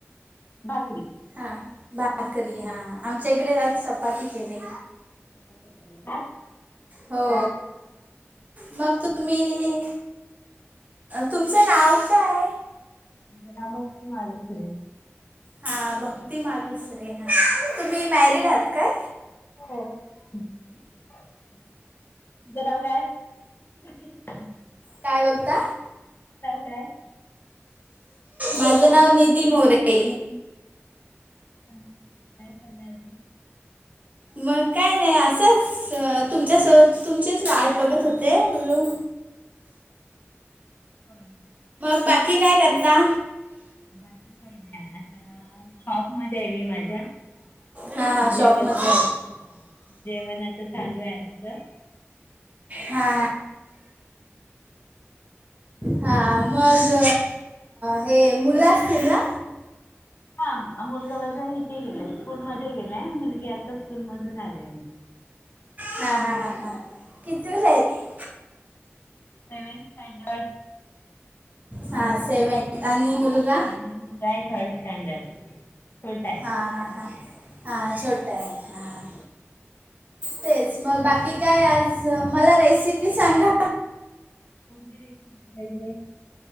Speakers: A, on the left (about 50°); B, on the right (about 35°).
A: भाकरी
B: हा भाकरी हा आमच्या इकडे आज चपाती केली
A: असं केलं
B: हो
A: का?
B: मग तर तुम्ही तुमचं नाव काय?
A: माझं नाव भक्ती मालुसरे
B: हा भक्ती मालुसरे हा तुम्ही मॅरिड आहात काय
A: हो तूझ नाव काय क <unintelligible>
B: काय बगता
A: काय
B: माझं नाव निधी मोरे
A: हा कराल्यास
B: मग काय नाही असंच तुमच्यासोबत तुमचीच वाट बघत होते बोलून
A: पा <unintelligible>
B: मग बाकी काय करता
A: बाकी काही नाही आता शॉप मध्ये आहे मी माझ्या
B: हां हां
A: जेवण
B: शॉपमध्ये
A: चालूय जेवण आता चालू आहे आमचं.
B: हा हा. मग हे मुलं असतील ना?
A: हा मुलगा माझा इथे गेलाय स्कूल मध्ये गेलाय मुलगी आता स्कूल मधून आलेय.
B: हा हा हा हा कितवीला आहे ती?
A: सेवंथ स्टैंडर्ड
B: हां
A: आणि
B: सेवन्थ
A: काहीच <unintelligible>
B: आणि
A: आणि
B: मुलगा
A: मुलगा आहे थर्ड स्टँडर्ड. छोटाय.
B: हा हा हा. हा छोटाय हा. तेच मग बाकी काय आज मला रेसिपी सांगा
A: कोणती रेसिपी पाहिजे?